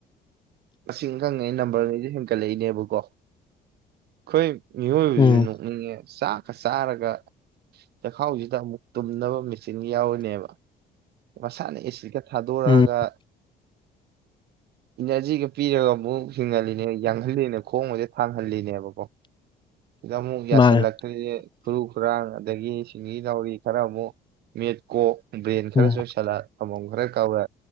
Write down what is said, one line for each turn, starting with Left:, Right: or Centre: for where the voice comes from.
Right: ꯃꯁꯤꯡ ꯈꯪꯉꯩ ꯅꯝꯕꯔꯒꯩꯖꯦ ꯍꯦꯟꯀꯠꯂꯛꯏꯅꯦꯕꯀꯣ ꯑꯩꯈꯣꯏ ꯃꯤꯑꯣꯏꯕꯖꯤꯖꯨ
Left: ꯎꯝ
Right: ꯅꯣꯛꯅꯤꯡꯉꯦ ꯆꯥꯛꯀ ꯆꯥꯔꯒ ꯆꯈꯥꯎꯖꯤꯗ ꯑꯃꯨꯛ ꯇꯨꯝꯅꯕ ꯃꯦꯆꯤꯟꯒ ꯌꯥꯎꯔꯤꯅꯦꯕ꯫ ꯃꯁꯥꯅ ꯑꯦꯁꯤꯒ ꯊꯥꯗꯣꯔꯛꯑꯒ
Left: ꯎꯝ
Right: ꯏꯅꯔꯖꯤꯒ ꯄꯤꯔꯒ ꯑꯃꯨꯛ ꯍꯤꯡꯍꯜꯂꯤꯅꯦ ꯌꯥꯡꯍꯜꯂꯤꯅꯦ ꯈꯣꯡꯒꯁꯦ ꯊꯥꯡꯍꯜꯂꯤꯅꯦꯕꯀꯣ꯫ ꯁꯤꯗ ꯑꯃꯨꯛ ꯌꯥꯁꯜꯂꯛꯇ꯭ꯔꯤꯖꯦ
Left: ꯃꯥꯅꯦ
Right: ꯈꯨꯔꯨ ꯈꯨꯔꯥꯡ꯫ ꯑꯗꯒꯤ ꯁꯤꯡꯂꯤ ꯅꯥꯎꯔꯤ ꯈꯔ ꯑꯃꯨꯛ ꯃꯤꯠ ꯀꯣ ꯕ꯭ꯔꯦꯟ ꯈꯔꯁꯨ
Left: ꯎꯝ
Right: ꯁꯂꯥꯠ ꯑꯃꯣꯝ ꯈꯔ ꯀꯥꯎꯔ